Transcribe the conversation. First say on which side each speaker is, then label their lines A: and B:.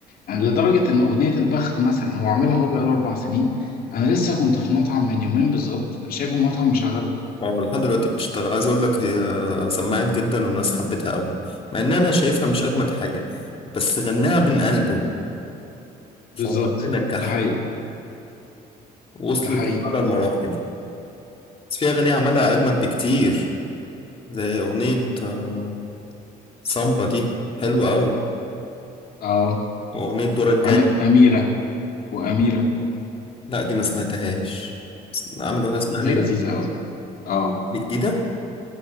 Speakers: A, on the left; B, on the left.
A: يعني لدرجة إن أغنية البخت مثلا هو عاملها هو بقاله أربع سنين أنا لسه كنت في مطعم من يومين بالظبط شايف المطعم مشغلها
B: اه لحد دلوقتي بتشتغل عايز اقول لك هي سمعت جدا والناس حبتها قوي مع ان انا شايفها مش اجمد حاجة بس غناها من قلبه فهو
A: بالظبط
B: اللي نجحها
A: ده حقيقي
B: وصلت
A: ده حقيقي
B: لأعلى المراحل بس في أغاني عملها أجمد بكتير زي أغنية آه، سامبا دي حلوة أوي
A: أه
B: وأغنية دورك الجاي
A: عندك أميرة وأميرة
B: لا دي ما سمعتهاش عامل أغنية
A: لا
B: اسمها
A: أغنية
B: أميرة
A: لذيذة أوي أه
B: دي جديدة